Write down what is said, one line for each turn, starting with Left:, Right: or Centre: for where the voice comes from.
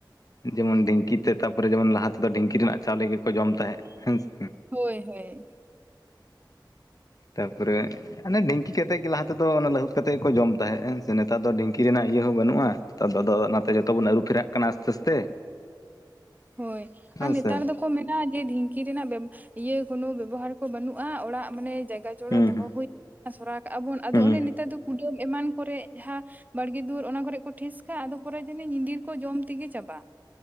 Left: ᱡᱮᱢᱚᱱ ᱰᱷᱤᱝᱠᱤ ᱛᱮ ᱛᱟᱯᱚᱨᱮ ᱡᱮᱢᱚᱱ ᱞᱟᱦᱟ ᱛᱮᱫᱚ ᱰᱷᱤᱝᱠᱤ ᱨᱮᱱᱟᱜ ᱪᱟᱣᱞᱮ ᱜᱮᱠᱚ ᱡᱚᱢ ᱛᱟᱦᱮᱸᱫ ᱦᱮᱸᱥᱮ
Right: ᱦᱳᱭ ᱦᱳᱭ᱾
Left: ᱛᱟᱯᱚᱨᱮ ᱦᱟᱱᱮ ᱰᱷᱤᱝᱤ ᱠᱟᱛᱮᱜ ᱜᱮ ᱞᱟᱦᱟᱛᱮᱫᱚ ᱞᱟᱹᱦᱩᱫ ᱠᱟᱛᱮ ᱜᱮ ᱠᱚ ᱡᱚᱢ ᱛᱟᱦᱮᱸᱫ ᱦᱮ ᱥᱮ ᱱᱮᱛᱟᱨ ᱫᱚ ᱰᱷᱤᱝᱠᱤ ᱨᱮᱱᱟᱜ ᱤᱭᱟᱹ ᱦᱚᱸ ᱵᱟᱹᱱᱩᱜᱼᱟ ᱾ ᱱᱮᱛᱟᱨ ᱫᱚ ᱟᱫᱚ ᱱᱟᱛᱮ ᱡᱚᱛᱚ ᱵᱚᱱ ᱟᱹᱨᱩ ᱯᱷᱮᱨᱟᱜ ᱠᱟᱱᱟ ᱟᱥᱛᱮ ᱟᱥᱛᱮ
Right: ᱦᱳᱭ
Left: ᱦᱮᱸ
Right: ᱟᱨ ᱱᱮᱛᱟᱨ
Left: ᱥᱮ
Right: ᱫᱚ ᱠᱚ ᱢᱮᱱᱟ ᱡᱮ ᱰᱷᱤᱝᱠᱤ ᱨᱮᱱᱟᱜ ᱵᱮᱵᱚ ᱤᱭᱟᱹ ᱠᱚᱱᱳ ᱵᱮᱵᱚᱦᱟᱨ ᱠᱚ ᱵᱟᱹᱱᱩᱜᱼᱟ, ᱚᱲᱟᱜ ᱢᱟᱱᱮ ᱡᱟᱭᱜᱟ ᱜᱚᱲᱚ
Left: ᱦᱩᱸ
Right: ᱫᱚᱦᱚ
Left: ᱦᱩᱸ
Right: ᱦᱩᱭ <inaudible> ᱥᱚᱨᱟ ᱠᱟᱜᱼᱟ ᱵᱚᱱ, ᱟᱫᱚ
Left: ᱦᱩᱸ
Right: ᱚᱱᱮ ᱱᱮᱛᱟᱨ ᱫᱚ ᱠᱩᱰᱟᱹᱢ ᱮᱢᱟᱱ ᱠᱚᱨᱮ ᱡᱟᱦᱟᱸ ᱵᱟᱲᱜᱮ ᱫᱩᱣᱟᱹᱨ ᱚᱱᱟ ᱠᱚᱨᱮ ᱠᱚ ᱴᱷᱤᱥ ᱠᱟᱜ-ᱟ ᱟᱫᱚ ᱯᱚᱨᱮ ᱡᱟᱱᱤᱡ ᱧᱤᱫᱤᱨ ᱠᱚ ᱡᱚᱢ ᱛᱤᱜᱤ ᱪᱟᱵᱟᱜ